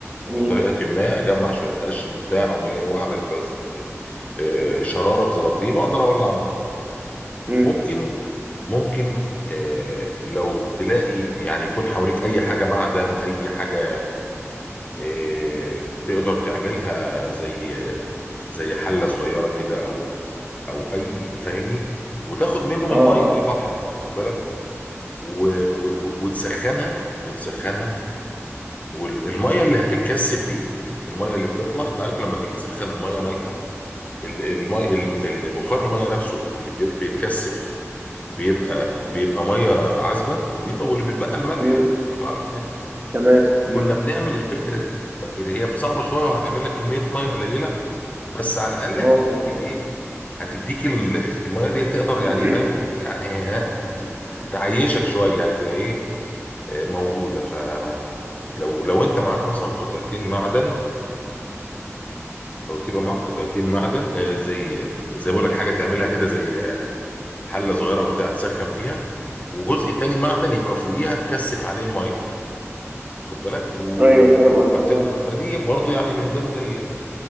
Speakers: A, on the right; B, on the left.
A: مم.
B: بطريقه ما اجمع شويه قش من بتاع أو- واعمل بز... آه، آه، شراره بزراطيل واقدر اولع نار
A: مم.
B: ممكن ممكن آه، لو تلاقي يعني يكون حواليك اي حاجه معدن اي حاجه آه، تقدر تعملها زي زي حله صغيره كده او او اي فاهمني وتاخد منه من
A: اه اه
B: ميه البحر واخد بالك و و وتسخنها وتسخنها والميه اللي هتتكثف دي الميه اللي بتطلع انت عارف لما تيجي تسخن ميه مالحه ال- المي ال- البخار الميه نفسه اللي بيت- بيتكثف بيبقى بيبقى ميه عذبه نظيفه واللي بيتبقى الملح
A: مم.
B: في الفعل بتاعي
A: تمام مم.
B: كنا بنعمل الفكره دي فكده هي صعبه شويه وهتعمل لك كميه ميه قليله بس على الاقل
A: اه
B: هتديك
A: فاهم
B: الايه هتديك ال- الميه اللي هي تقدر يعني
A: <coughs>
B: فاهم يعني ها- ت- ت- ت- تعيشك شويه يعني تبقى ايه آه، موجوده فلو لو انت معاك مثلا قطعتين معدن او تبقى معاك قطعتين معدن آه، زي زي بقول لك حاجه تعملها كده زي حله صغيره وبتاع تسخن فيها وجزء تاني معدن يبقى فوقيها تكثف عليه الميه واخد بالك
A: <clears throat>
B: و...
A: ايوه فاهم قصدك
B: فتقدر
A: اه
B: فدي برضو يعني من ضمن ال...